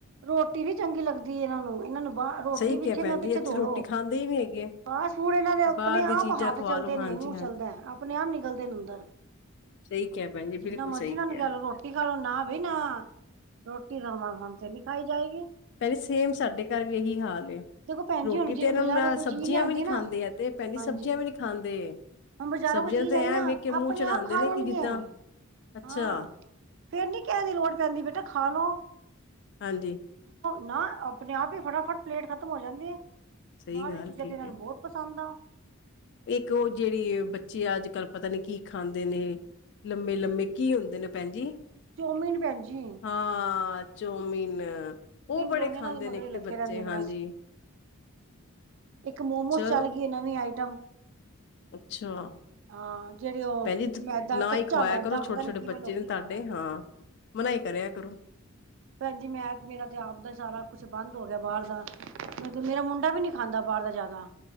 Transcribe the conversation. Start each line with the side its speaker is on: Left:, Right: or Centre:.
Right: ਰੋਟੀ ਨੀ ਚੰਗੀ ਲੱਗਦੀ ਇਹਨਾਂ ਨੂੰ ਇਹਨਾਂ ਨੂੰ ਵਾਹ ਰੋਟੀ
Left: ਸਹੀ ਕਿਹਾ
Right: ਪਿੱਛੇ
Left: ਭੈਣ
Right: ਨਾ
Left: ਜੀ
Right: ਪਿੱਛੇ
Left: ਇੱਥੇ
Right: ਦੌੜੋ
Left: ਰੋਟੀ ਖਾਂਦੇ ਹੀ ਨੀ ਹੈਗੇ,
Right: ਫਾਸਟ ਫੂਡ ਇਹਨਾਂ ਦੇ ਆਪਣੇ
Left: ਬਾਹਰ ਦੀ
Right: ਆਪ
Left: ਚੀਜ਼ਾਂ
Right: ਹੱਥ
Left: ਖਵਾ
Right: ਚਲਦੇ
Left: ਲੋ ਹਾਂਜੀ-ਹਾਂਜੀ।
Right: ਨੇ ਮੂੰਹ ਚੱਲਦਾ। ਆਪਣੇ ਨਿਕਲਦੇ ਨੇ ਅੰਦਰ
Left: ਸਹੀ ਕਿਹਾ ਭੈਣ ਜੀ, ਬਿਲਕੁਲ
Right: ਜਿੰਨਾ ਮਰਜੀ
Left: ਸਹੀ
Right: ਨਾਲ
Left: ਕਿਹਾ,
Right: ਨੂੰ ਕਹਿ ਲੋ ਰੋਟੀ ਖਾਲ ਲੋ ਨਾ ਬਈ ਨਾ ਰੋਟੀ ਤਾਂ ਹਮਾਂ ਹਮੇ ਤੇ ਨੀ ਖਾਈ ਜਾਏਗੀ।
Left: ਪਹਿਲੇ ਸੇਮ ਸਾਡੇ ਘਰ ਵੀ ਇਹੀ ਹਾਲ
Right: ਦੇਖੋ ਭੈਣ
Left: ਰੋਟੀ
Right: ਜੀ ਹੁਣ
Left: ਤੇ
Right: ਜਿਵੇਂ
Left: ਇਹਨਾਂ
Right: ਬਾਜ਼ਾਰੋਂ
Left: ਨੂੰ
Right: ਕੋਈ
Left: ਸਬਜ਼ੀਆਂ
Right: ਚੀਜ਼ ਲਿਆਂਦੀ
Left: ਵੀ ਨੀ ਖਾਂਦੇ
Right: ਨਾ
Left: ਐ ਤੇ
Right: ਹਾਂਜੀ
Left: ਸਬਜ਼ੀਆਂ ਵੀ ਨੀ ਖਾਂਦੇ।
Right: ਹੁਣ ਬਾਜ਼ਾਰੋਂ
Left: ਸਬਜ਼ੀਆਂ
Right: ਕੋਈ ਚੀਜ਼
Left: ਤੇ
Right: ਆਈ
Left: ਐਂ
Right: ਨਾ
Left: ਵੇਖ ਕੇ ਮੂੰਹ
Right: ਆਪਣੇ
Left: ਚੜਾਦੇ
Right: ਆਪ ਖਾ
Left: ਨੇ
Right: ਲੈਣਗੇ
Left: ਕਿ ਜਿੱਦਾਂ ਅੱਛਾ,
Right: ਹਾਂ, ਫੇਰ ਨੀ ਕਿਸਹਿ ਦੀ ਲੋੜ ਪੈਂਦੀ ਬੇਟਾ ਖਾ ਲਓ
Left: ਹਾਂਜੀ।
Right: ਨਾ, ਆਪਣੇ- ਆਪ ਹੀ, ਫਟਾਫਟ ਪਲੇਟ ਖ਼ਤਮ ਹੋ ਜਾਂਦੀ ਹੈ
Left: ਸਹੀ
Right: ਬਾਹਰ
Left: ਗੱਲ
Right: ਦੀ ਚੀਜ਼ਾਂ
Left: ਠੀਕ
Right: ਤੇ ਇਹਨਾਂ
Left: ਹੈ
Right: ਨੂੰ ਬਹੁਤ ਪਸੰਦ ਆ
Left: ਇੱਕ ਉਹ ਜਿਹੜੀ, ਬੱਚੇ ਅੱਜ ਕੱਲ ਪਤਾ ਨੀ ਕੀ ਖਾਂਦੇ ਨੇ ਲੰਮੇ-ਲੰਮੇ ਕੀ ਹੁੰਦੇ ਨੇ ਭੈਣ ਜੀ,
Right: ਚੌਮੀਨ ਭੈਣਜੀ,
Left: ਹਾਂ ਉਹ ਬੜੇ
Right: ਰੋਲ
Left: ਖਾਂਦੇ
Right: ਇਹਨਾਂ ਦੇ ਮਗਰੇ
Left: ਨੇ ਇੱਕ
Right: ਲੱਗੇ
Left: ਤੇ ਬੱਚੇ
Right: ਰਹਿੰਦੇ
Left: ਹਾਂਜੀ,
Right: ਨੇ ਬਸ ਇੱਕ ਮੋਮੋਸ
Left: ਚਲੋ
Right: ਚੱਲ ਗਈਏ ਨਵੀਂ ਆਈਟਮ
Left: ਅੱਛਾ,
Right: ਹਾਂ ਜਿਹੜੇ ਉਹ
Left: ਭੈਣਜੀ
Right: ਮੈਦਾ
Left: ਨਾ
Right: ਕੱਚਾ
Left: ਹੀ ਖਵਾਇਆ
Right: ਮੈਦਾ
Left: ਕਰੋ ਛੋਟੇ-ਛੋਟੇ
Right: ਪਤਾ ਨੀ ਕਿਵੇਂ
Left: ਬੱਚੇ
Right: ਲੋਕੀ
Left: ਨੇ ਤੁਹਾਡੇ
Right: ਖਾ ਲੈਂਦੇ
Left: ਹਾਂ
Right: ਨੇ
Left: ਮਨਾ ਈ ਕਰਿਆ ਕਰੋ।
Right: ਭੈਣਜੀ ਮੈਂ ਮੇਰਾ ਤੇ ਆਪਦਾ ਸਾਰਾ ਕੁੱਛ ਬੰਦ ਹੋ ਗਿਆ ਬਾਹਰ ਦਾ ਮਤਲਬ ਮੇਰਾ ਮੁੰਡਾ ਵੀ ਨੀ ਖਾਂਦਾ ਬਾਹਰ ਦਾ ਜ਼ਿਆਦਾ